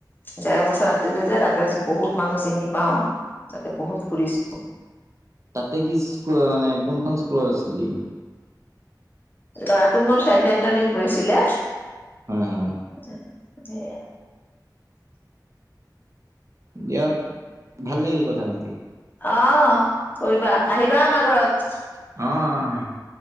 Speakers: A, on the left; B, on the right.
A: ডেৰ বছৰ আছিলে যে তাতে বহুত মানুহ চিনি পাওঁ তাতে বহুত ফুৰিছোঁ।
B: তাতে কি স্ মানে কোনখন স্কুলৰ আছিলি।
A: ল'ৰাতো মোৰ চেণ্ট এন্টনিত পৰিঢ়ছিলে।
B: হয়, হয়।
A: <unintelligible> সেয়া।
B: দিয়ক ভাল লাগিল কথা পাতি।
A: অ', কৰিবা আহিবা আমাৰ ঘৰত।
B: অ', অ', আহিম।